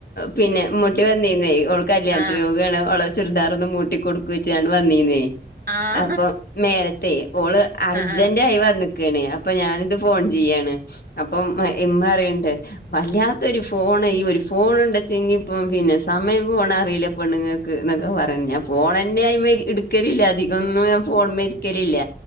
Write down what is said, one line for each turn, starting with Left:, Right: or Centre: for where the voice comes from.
Left: പിന്നെ മുട്ട നന്നീ നേ അവള് കല്യാണന്
Right: ആഹ്
Left: രോഗുകയാണ് അവെ ചുരിദാർ ഒന്ന് മൂട്ടി കൊടുക്ക വെച്ചാണ് വന്നീ നെയ
Right: ആ
Left: അപ്പൊ നേരത്തെേ ഓള് അർജന്റ
Right: ആഹ്
Left: ആയി വന്നിക്കാണ് അപ്പൊ ഞാനിത് ഫോൺ ചെയ്യാണ് അപ്പം എമ്മ അറിയണ്ടേ വല്ലാത്തൊരു ഫോണ് ഈ ഒരു ഫോൺ ഉണ്ടച്ചെങ്കി ഇപ്പ പിന്നെ സമയം പോോണ അറിയില്ല പണ് എന്നൊക്കെ പറയു ഞാൻ ഫോൺ തന്നെ ആയി ഇടുക്കലില്ല അധികം ഒന്നും ഞാൻ ഫോൺ മരിക്കലില്ല